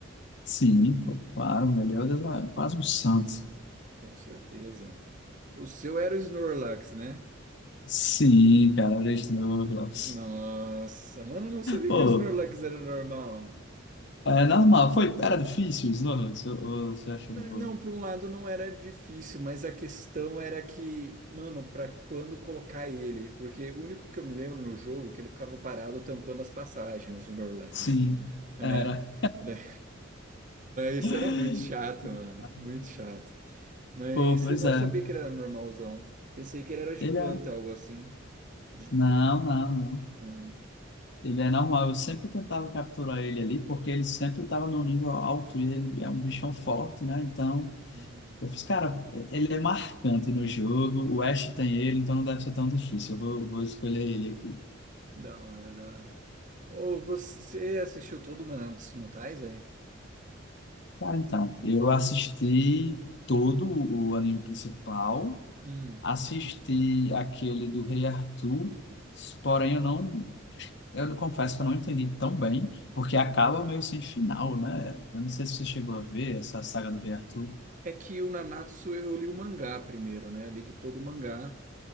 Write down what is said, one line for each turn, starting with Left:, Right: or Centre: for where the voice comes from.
Left: Sim, pô,
Right: Uhum,
Left: claro, melhor Deus, é quase um santo.
Right: com certeza. O seu era o Snorlax, né?
Left: Sim, cara, era Snorlax.
Right: Nossa, mano, eu não sabia
Left: Pô,
Right: que o Snorlax era normal.
Left: é normal, foi, era difícil o Snorlax, ou, ou você achou
Right: N-
Left: de boa?
Right: Não, por um lado não era difícil, mas a questão era que, mano, pra quando colocar ele? Porque o único que eu me lembro no jogo é que ele ficava parado tampando as passagens, o Snorlax,
Left: Sim,
Right: né?
Left: era.
Right: <laughs> Daí- Isso
Left: <laughs>
Right: era muito chato, mano, muito chato. Mas
Left: Pô, pois
Right: eu não
Left: é,
Right: sabia que ele era normalzão. Pensei que ele era de
Left: ele
Right: planta,
Left: é.
Right: algo assim. De...
Left: Não, não, não.
Right: ah.
Left: Ele é normal, eu sempre tentava capturar ele ali, porque ele sempre estava no nível alto e ele é um bichão forte, né? Então,
Right: Uhum.
Left: eu fiz, cara, ele é marcante no jogo, o Ash tem ele, então não deve ser tão difícil, eu vou, vou escolher ele aqui.
Right: Da hora, da hora. Ou você assistiu todo o Nanatsu no Taizai?
Left: Cara, então, eu assisti todo o anime principal,
Right: Hum.
Left: assisti aquele do Rei Arthur, porém eu não, eu confesso que eu não entendi tão bem, porque acaba meio sem final, né? Eu não sei se você chegou a ver essa saga do Rei Arthur.
Right: É que o Nanatsu eu li o mangá primeiro, né? Eu li todo o mangá